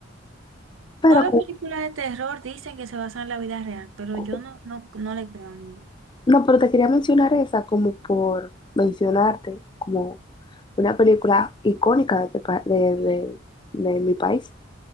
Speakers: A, on the left; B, on the right.
A: Pero
B: Todas las películas de terror dicen que se basan en la vida real, pero
A: con,
B: yo no, no, no le creo a ninguna.
A: No, pero te quería mencionar esa como por mencionarte como una película icónica de, este pa- de, de- de mi país.